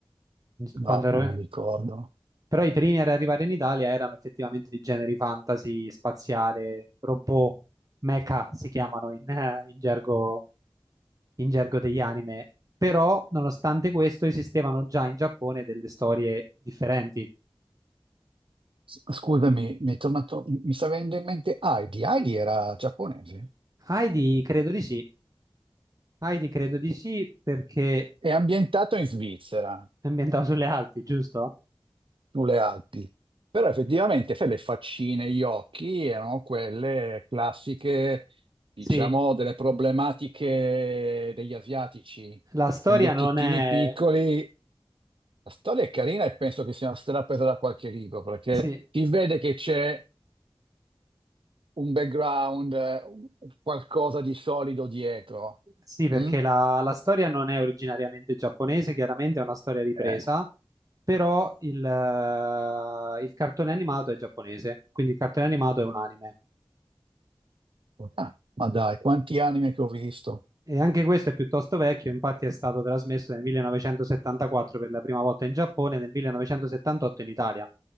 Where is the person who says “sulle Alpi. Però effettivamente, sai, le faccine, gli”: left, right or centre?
Right